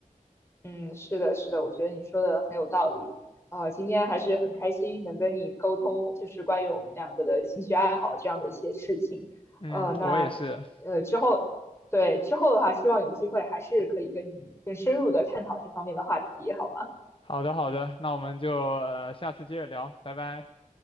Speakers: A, on the left; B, on the left.
A: 嗯，是的，是的，我觉得你说的很有道理。呃，今天还是很开心能跟你沟通，就是关于我们两个的兴趣爱好这样的一些事情。
B: 嗯，
A: 呃，那
B: 我也是。
A: 呃之后，对之后的话，希望有机会还是可以跟你更深入的探讨这方面的话题，好吗？
B: 好的，好的，那我们就呃下次接着聊，拜拜。